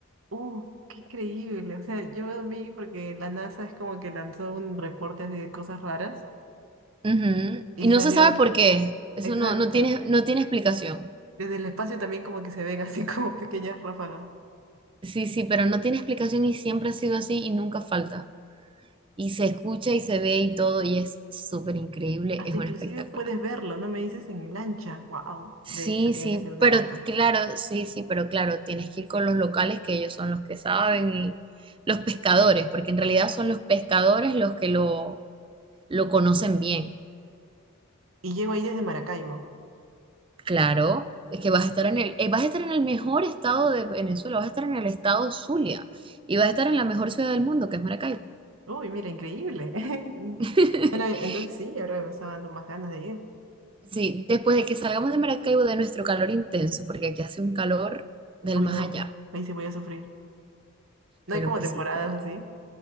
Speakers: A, on the right; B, on the right.
A: Uh, qué increíble. O sea, yo vi porque la NASA es como que lanzó un reporte así de cosas raras
B: Ujú.
A: y
B: Y no
A: salió.
B: se sabe por qué. Eso
A: Exacto.
B: no, no tiene, no tiene explicación.
A: Desde el espacio también como que se ven así <laughs> como pequeñas ráfagas.
B: Sí, sí, pero no tiene explicación y siempre ha sido así y nunca falta. Y se escucha y se ve y todo y es súper increíble,
A: Hasta
B: es un
A: inclusive
B: espectáculo.
A: puedes verlo, ¿no me dices? En lancha. Wow.
B: Sí,
A: De hecho, tiene
B: sí,
A: que ser una
B: pero
A: ruta.
B: claro, sí, sí, pero claro, tienes que ir con los locales que ellos son los que saben y los pescadores, porque en realidad son los pescadores los que lo, lo conocen bien.
A: Y llego ahí desde Maracaibo.
B: Claro, es que vas a estar en el, eh, vas a estar en el mejor estado de Venezuela, vas a estar en el estado Zulia y vas a estar en la mejor ciudad del mundo, que es Maracaibo.
A: Uy, mira, increíble. <laughs>
B: <laughs>
A: No la- Entonces sí, ahora me está dando más ganas de ir.
B: Sí, después de que salgamos de Maracaibo de nuestro calor intenso, porque aquí hace un calor del
A: Uy,
B: más
A: no,
B: allá.
A: ahí sí voy a sufrir. No
B: Bueno,
A: hay como
B: pues
A: temporadas
B: sí, pero
A: así.